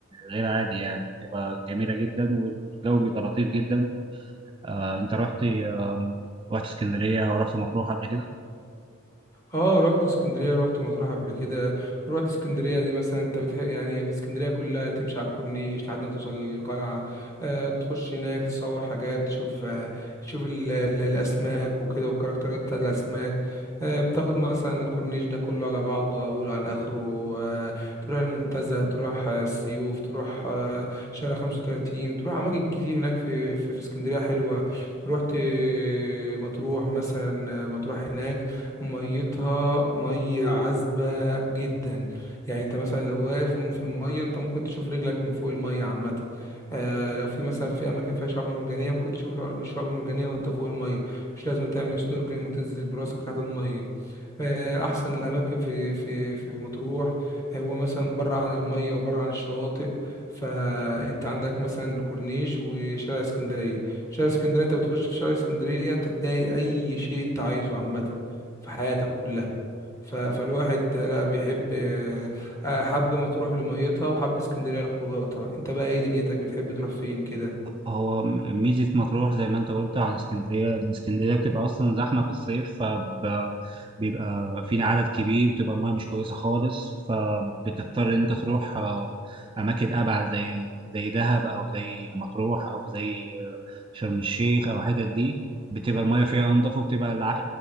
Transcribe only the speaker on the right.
غير عادي يعني بتبقى جميلة جدا والجو بيبقى لطيف جدا آه، أنت رحت آم، رحت اسكندرية أو رحت مطروح قبل كده؟
هو م- ميزة مطروح زي ما انت قلت عن اسكندرية ان اسكندرية بتبقى اصلا زحمة في الصيف فبيبقى في عدد كبير بتبقى المياه مش كويسة خالص فبتضطر ان انت تروح آه، اماكن ابعد زي زي دهب او زي مطروح او زي آه، شرم الشيخ او الحتت دي بتبقى المياه فيها انضف وبتبقى الع...